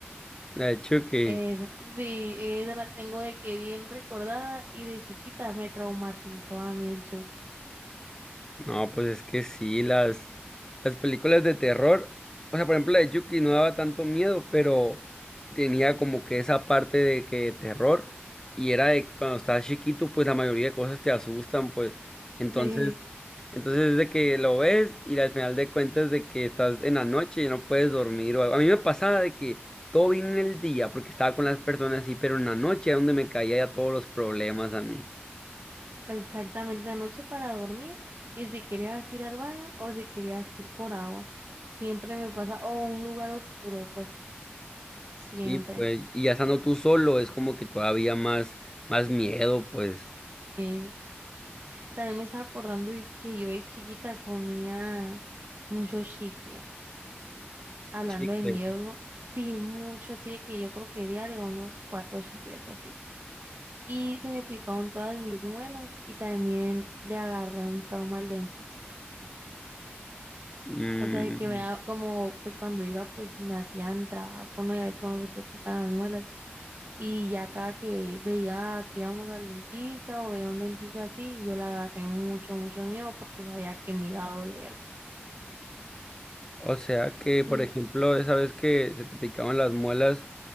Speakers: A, on the left; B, on the right.
A: La de choque.
B: Es- sí, esa la tengo de que bien recordada y de chiquita me traumatizó a mí el Chucky.
A: No, pues es que sí, las, las películas de terror, o sea, por ejemplo, la de Chucky no daba tanto miedo, pero tenía como que esa parte de que terror, y era de que cuando estás chiquito, pues la mayoría de cosas te asustan, pues, entonces,
B: Sí.
A: entonces es de que lo ves y al final de cuentas de que estás en la noche y no puedes dormir, o algo. A mí me pasaba de que todo vino en el día, porque estaba con las personas así, pero en la noche era donde me caía ya todos los problemas a mí.
B: Exactamente, anoche para dormir y si querías ir al baño o si querías ir por agua, siempre me pasa, o un lugar oscuro, pues siempre.
A: Sí, pues, y ya estando tú solo es como que todavía más, más miedo, pues.
B: Eh, también me estaba acordando y que yo de chiquita comía mucho chicle, hablando
A: Sí,
B: de
A: pues,
B: miedos, ¿no? Sí, mucho, así de que yo creo que diario unos cuatro chicles así. Y se me picaron todas mis muelas y también le agarré un trauma al dentista.
A: mm,
B: O sea, de que me da como, pues cuando iba, pues me hacían trabajo, ¿no? Y a veces cuando se te pican las muelas. Y ya cada que veía que íbamos al dentista o veía un dentista así, yo le agarré mucho, mucho miedo porque sabía que me iba a doler, pues.
A: o sea que, por
B: No,
A: ejemplo, esa vez que se te picaban las muelas,